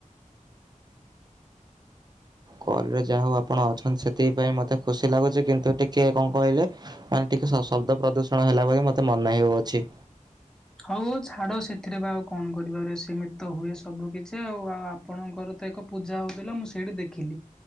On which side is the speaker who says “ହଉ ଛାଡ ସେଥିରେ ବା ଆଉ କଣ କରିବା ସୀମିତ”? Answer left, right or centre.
Centre